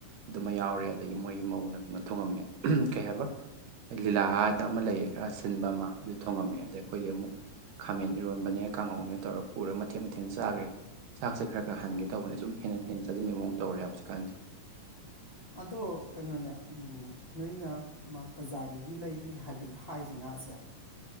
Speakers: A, on the right; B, on the left.
A: ꯑꯗꯨꯃ ꯌꯥꯎꯔꯦ ꯑꯗꯒꯤ ꯃꯣꯏꯒꯤ ꯃꯧꯅ ꯀꯩꯅꯣ ꯊꯣꯡꯉꯝꯃꯦ ꯀꯩ ꯍꯥꯏꯕ ꯂꯤꯂꯥ ꯍꯥꯏꯗ ꯑꯃ ꯂꯩꯌꯦ ꯈꯔ ꯁꯤꯟꯕ ꯑꯃ ꯑꯗꯨ ꯊꯣꯡꯉꯝꯃꯦ ꯑꯗꯩ ꯑꯩꯈꯣꯏꯗꯤ ꯑꯃꯨꯛ ꯈꯥꯃꯦꯟ ꯏꯔꯣꯟꯕꯅꯦ ꯀꯥꯡꯉꯧꯅꯦ ꯇꯧꯔ ꯄꯨꯔ ꯃꯠ ꯀꯩ ꯃꯊꯦꯜ ꯆꯥꯒꯦ ꯆꯥꯛꯁꯦ ꯈꯔ ꯈꯔ ꯍꯟꯒꯦ ꯇꯧꯕꯅꯦ ꯁꯨꯝ ꯍꯦꯟꯅ ꯍꯦꯟꯅ ꯆꯅꯤꯡꯕꯒꯤ ꯃꯑꯣꯡ ꯇꯧꯔꯦ ꯍꯥꯏ ꯍꯧꯖꯤꯛ ꯀꯥꯟꯁꯦ
B: ꯑꯗꯣ ꯀꯩꯅꯣꯅꯦ ꯅꯣꯏꯅ ꯃ ꯕꯖꯥꯔꯗꯒꯤ ꯂꯩꯔꯤ ꯍꯥꯏꯕ ꯍꯥꯏꯁꯦ ꯉꯥꯁꯦ